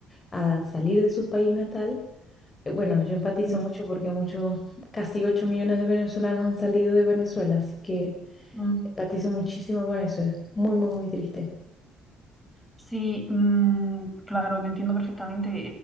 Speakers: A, on the left; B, in the centre.
A: a salir de su país natal. Eh, Bueno, yo empatizo
B: sí.
A: mucho porque muchos, casi 8 millones de venezolanos han salido de Venezuela, así que...
B: Mm.
A: Patizo muchísimo con eso, es muy, muy, muy triste.
B: Sí, mm, claro, te entiendo perfectamente.